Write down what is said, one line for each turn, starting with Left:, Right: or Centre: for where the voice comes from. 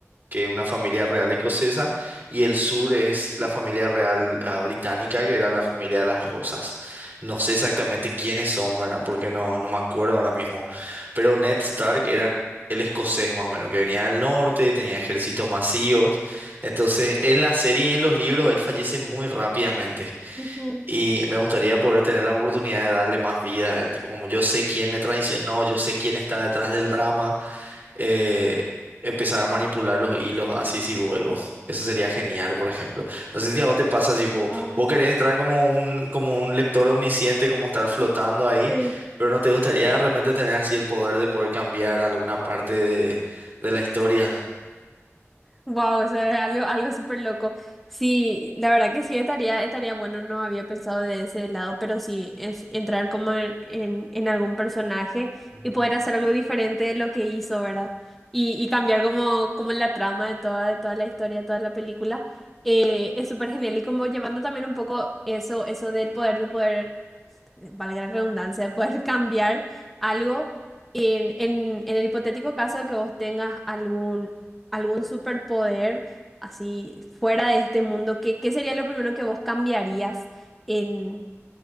Right: que es una familia real escocesa, y el sur es la familia real ah, británica, que era la familia de las Rosas. No sé exactamente quiénes son, ¿verdad? Porque no, no me acuerdo ahora mismo. Pero Ned Stark era el escocés más o menos, que venía del norte, tenía ejércitos masivos. Entonces, en la serie y en los libros, él fallece muy rápidamente.
Centre: Ujú.
Right: Y me gustaría poder tener la oportunidad de darle más vida. El tipo, como yo sé quién me traicionó, yo sé quién está detrás del drama, eh, empezar a manipular los hilos así si vuelvo. Eso sería genial, por ejemplo. No sé si a vos te pasa, si vos,
Centre: Ah,
Right: vos querés entrar como un, como un lector omnisciente, como estar flotando ahí,
Centre: sí.
Right: pero no te gustaría de repente tener así el poder de poder cambiar alguna parte de, de la historia.
Centre: Wow, eso es algo, algo súper loco. Sí, la verdad que sí estaría, estaría bueno, no había pensado de ese lado, pero sí es entrar como en, en, en algún personaje
Right: Ujú,
Centre: y poder hacer algo diferente de lo que hizo, ¿verdad? Y, y cambiar como, como la trama de toda, de toda la historia, de toda la película. Eh, es súper genial y como llevando también un poco eso, eso del poder de poder valga la redundancia, <laughs> poder cambiar algo en, en- en el hipotético caso de que vos tengas algún, algún superpoder así fuera de este mundo, ¿qué, qué sería lo primero que vos cambiarías en,